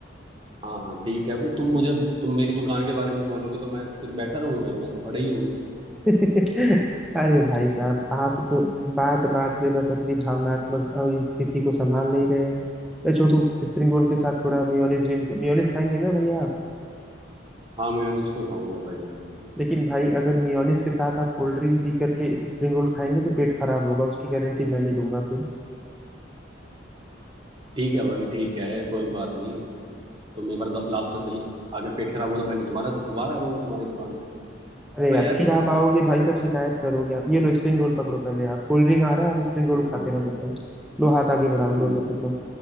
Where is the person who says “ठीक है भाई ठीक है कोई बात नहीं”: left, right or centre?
Right